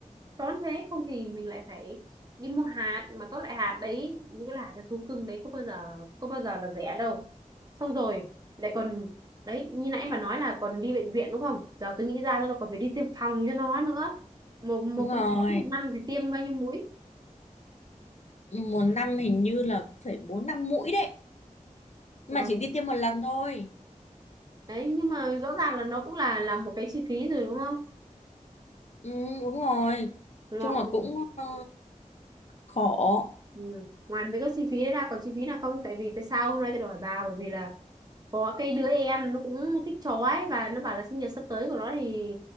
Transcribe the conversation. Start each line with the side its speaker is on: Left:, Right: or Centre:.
Right: tốn thế không thì mình lại phải đi mua hạt mà các loại hạt đấy những cái loại hạt cho thú cưng đấy có bao giờ có bao giờ là rẻ đâu xong rồi lại còn đấy như nãy bà nói là còn đi bệnh viện đúng không giờ tôi nghĩ ra là còn phải đi tiêm phòng cho nó nữa một một
Left: đúng rồi
Right: con chó một năm thì tiêm bao nhiêu mũi
Left: một năm hình như là cũng phải bốn năm mũi đấy Nhưng
Right: ừ.
Left: mà chỉ đi tiêm một lần thôi
Right: đấy nhưng mà rõ ràng là nó cũng là là một cái chi phí rồi đúng không
Left: ừ, đúng rồi
Right: ngọ
Left: chung là cũng ờ, khổ
Right: Ừ. Ngoài mấy cái chi phí đấy ra còn chi phí nào không? Tại vì tại sao hôm nay tôi hỏi bà bởi vì là có cái đứa em nó cũng thích chó ấy và nó bảo là sinh nhật sắp tới của nó thì